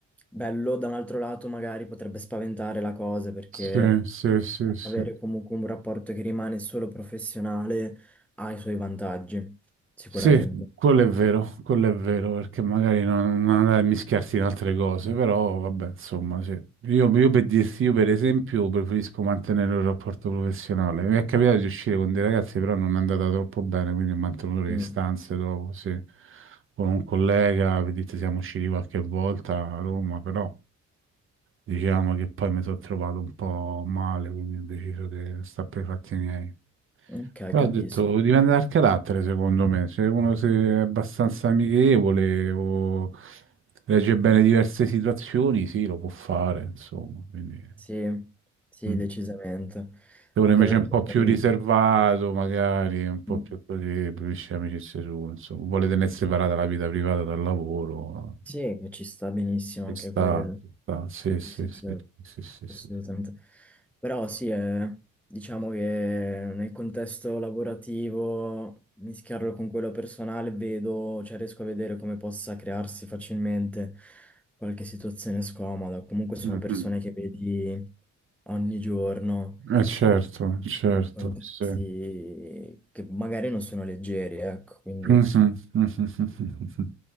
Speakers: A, in the centre; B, on the right.
A: bello, da un altro lato magari potrebbe spaventare la cosa perché
B: Sì, sì, sì, sì.
A: avere comunque un rapporto che rimane solo professionale ha i suoi vantaggi, sicuramente.
B: Sì, quello è vero, quello è vero, perché magari non, non andare a mischiarsi in altre cose, però vabbè, insomma, sì. Io, io per dirti, io per esempio preferisco mantenere un rapporto professionale. Mi è capitato di uscire con dei ragazzi, però non è andata troppo bene, quindi ho mantenuto le
A: Mm,
B: distanze dopo, sì. Con un collega, per dirti, siamo usciti qualche volta a Roma, però... Diciamo che poi mi sono trovato un po' male, quindi ho deciso di stare per i fatti miei.
A: Ok,
B: Però
A: capisco.
B: ho detto, dipende dal carattere, secondo me. Se uno se è abbastanza amichevole o legge bene diverse situazioni, sì, lo può fare, insomma. Quindi,
A: Sì, sì,
B: mm.
A: decisamente.
B: Se uno
A: Anche
B: invece
A: perché
B: è un po' più
A: poi
B: riservato, magari, è un po'
A: mm,
B: più così, preferisce amicizie sue, insomma, vuole tenersi separata la vita privata dal lavoro,
A: sì, che ci sta benissimo
B: Ci
A: anche
B: sta,
A: quello.
B: ci sta. Sì, sì,
A: Sì, sì,
B: sì,
A: sì,
B: sì, sì,
A: assolutamente.
B: sì.
A: Però sì, eh, diciamo che nel contesto lavorativo, mischiarlo con quello personale, vedo, cioè riesco a vedere come possa crearsi facilmente qualche situazione scomoda. Comunque sono
B: Mhm.
A: persone che vedi ogni giorno,
B: Eh, certo, certo,
A: in contesti
B: sì.
A: che magari non sono leggeri, ecco, quindi
B: Mhm, mhm, mhm, mhm.